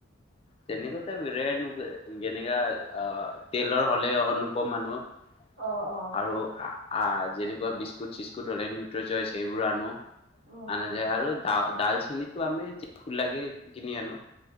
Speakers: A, on the left; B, on the right.
A: তেনেকুৱাতে <unintelligible> যেনেকা অহ, তেলৰ হ'লে অনুপম আনো। আৰু
B: অ', অ',
A: আ, আ, যেনেকুৱা বিস্কুট চিস্কুট হ'লে নিউট্ৰজইচ এইবোৰ আনো।
B: উম,
A: আনা
B: উম,
A: যায় আৰু দা দালচেনিটো আমি খুলাকে কিনি আনো।